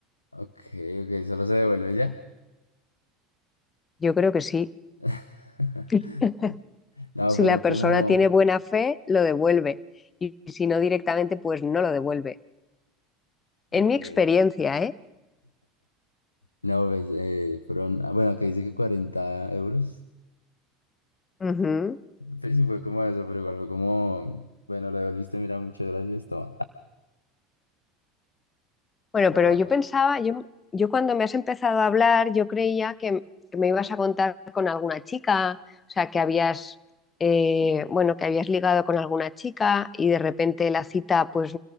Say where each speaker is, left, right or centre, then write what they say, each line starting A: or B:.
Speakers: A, on the left (about 80°); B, on the left (about 25°).
A: Ok, ok, solo se devuelve ya.
B: yo creo que sí.
A: <laughs>
B: <laughs>
A: No,
B: Si
A: pero
B: la persona
A: como.
B: tiene buena fe, lo devuelve. Y si no directamente, pues no lo devuelve. En
A: Ok.
B: mi experiencia, ¿eh?
A: No, pues eh, fueron. ah, Bueno, acá dice que 40 euros.
B: Ujú.
A: Pues sí, fue como eso, pero igual fue como. Bueno, lo devolviste, mira, muchas gracias, toma. <laughs>
B: Bueno,
A: Pero
B: pero yo pensaba, yo, yo cuando me has empezado a hablar, yo creía que, que me ibas a contar con alguna chica, o sea, que habías, eh, bueno, que habías ligado con alguna chica y de repente la cita, pues,